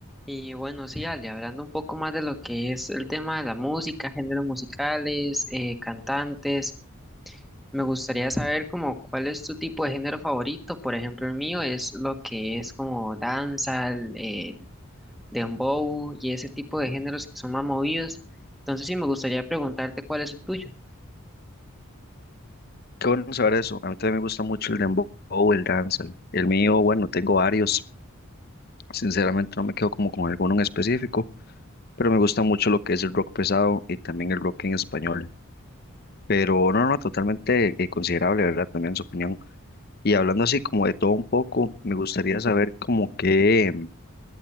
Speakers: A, in the centre; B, on the left (about 45°).
A: Y bueno, sí, Ale, hablando un poco más de lo que es el tema de la música, géneros musicales, eh, cantantes, me gustaría saber como cuál es tu tipo de género favorito. Por ejemplo, el mío es lo que es como danza, eh, dembow y ese tipo de géneros que son más movidos. Entonces sí, me gustaría preguntarte cuál es el tuyo.
B: Qué bueno saber eso. A mí también me gusta mucho el dembow, el dancehall. El mío, bueno, tengo varios. Sinceramente no me quedo como con alguno en específico, pero me gusta mucho lo que es el rock pesado y también el rock en español. Pero no, no, totalmente eh, considerable, ¿verdad? También su opinión. Y hablando así como de todo un poco, me gustaría saber como qué, mm,